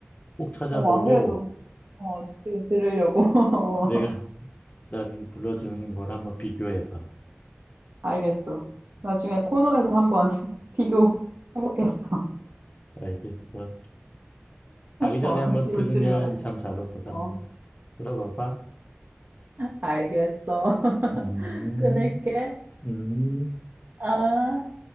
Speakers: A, on the left; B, on the right.
A: 꼭 찾아보고
B: 어, 안 그래도, 어, 지금 들으려고. <laughs>
A: 내가
B: 어,
A: 나중에 불러주는 걸 한번 비교해봐.
B: 알겠어. 나중에 코너에서 한번 <laughs> 비교해보겠어.
A: 알겠어. 자기 전에
B: 어,
A: 한번
B: 지금
A: 들으면
B: 들으려야지.
A: 참 잘 올 거다.
B: 어,
A: 한번 들어봐봐.
B: 알겠어. <laughs>
A: 음,
B: 끊을게.
A: 음.
B: 아.